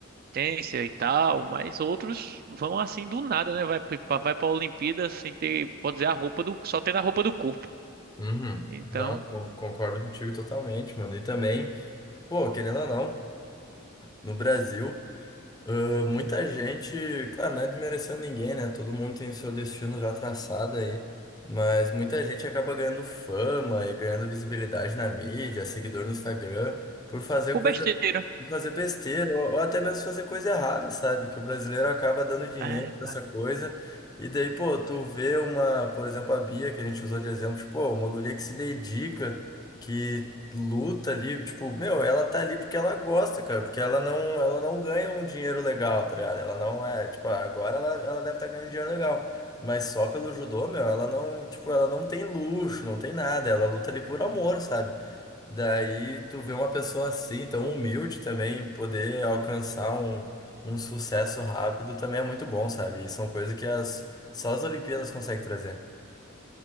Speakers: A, on the right; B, on the left.
A: e tal, mas outros vão assim do nada, né? Vai pra- vai para Olimpíada sem ter, pode dizer, a roupa do só tendo a roupa do corpo.
B: Uhum.
A: Então,
B: Não, con- concordo contigo totalmente, mano. E também, pô, querendo ou não. no Brasil. Ah, muita gente, claro, não é desmerecendo ninguém, né? Todo mundo tem o seu destino já traçado aí. Mas muita gente acaba ganhando fama e ganhando visibilidade na mídia, seguidor no Instagram, por fazer
A: por
B: coisa
A: besteira.
B: Fazer besteira, ou, ou até mesmo fazer coisa errada, sabe? Que o brasileiro acaba dando dinheiro
A: É,
B: pra
A: cara.
B: essa coisa. E daí, pô, tu vê uma, por exemplo, a Bia, que a gente usou de exemplo, tipo, pô, uma guria que se dedica, que luta ali, tipo, meu, ela tá ali porque ela gosta, cara, porque ela não, ela não ganha um dinheiro legal, tá ligado? Ela não é, tipo, agora ela, ela deve estar ganhando dinheiro legal. Mas só pelo judô, meu, ela não, tipo, ela não tem luxo, não tem nada, ela luta ali por amor, sabe? Daí tu vê uma pessoa assim, tão humilde também, poder alcançar um, um sucesso rápido também é muito bom, sabe? E são coisas que as, só as Olimpíadas conseguem trazer.